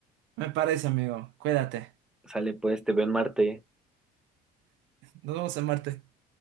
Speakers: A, on the right (about 65°); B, in the centre.
A: me parece, amigo. Cuídate.
B: Sale pues, te veo en Marte.
A: Nos vemos en Marte.